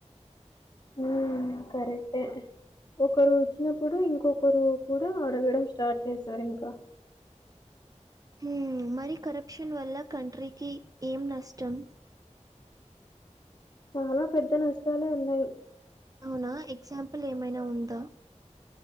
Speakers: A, on the left; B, on the right.
A: మ్ కరెక్టే ఒకరు ఇచ్చినప్పుడు ఇంకొకరు కూడా అడగడం స్టార్ట్ చేశారు ఇంకా
B: మ్ మరి కరప్షన్ వల్ల కంట్రీకి ఏం నష్టం
A: చాలా పెద్ద నష్టాలే ఉన్నయ్
B: అవునా ఎగ్జాంపుల్ ఏమైనా ఉందా